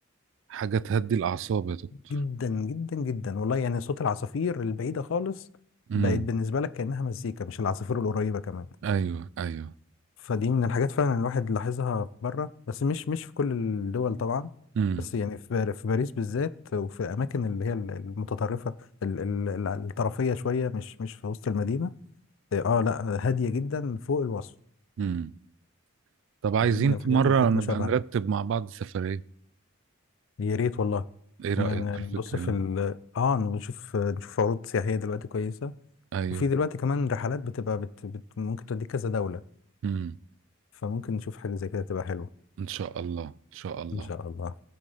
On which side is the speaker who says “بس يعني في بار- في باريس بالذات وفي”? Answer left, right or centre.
Left